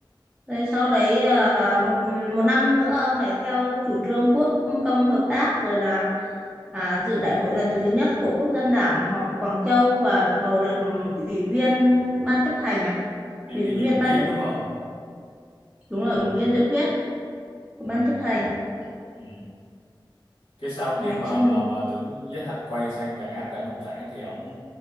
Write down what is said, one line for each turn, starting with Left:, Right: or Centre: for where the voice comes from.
Centre: rồi sau đấy à, một một năm nữa ông lại theo chủ trương quốc công hợp tác rồi là à, dự đại hội lần thứ nhất của quốc dân đảng họp ở Quảng Châu và được bầu làm ủy viên ban chấp hành à
Left: Thì
Centre: ủy
Left: vi Diệu
Centre: viên
Left: Khuyết
Centre: ban chấp
Left: đúng không?
Centre: đúng rồi
Left: Ừ.
Centre: ủy viên dự khuyết của
Left: Ừ.
Centre: ban chấp hành
Left: Ừ. cái sau khi
Centre: nói
Left: mà
Centre: chung
Left: mà mà tưởng Giới Thạch quay sang đàn áp đảng Cộng sản thì ông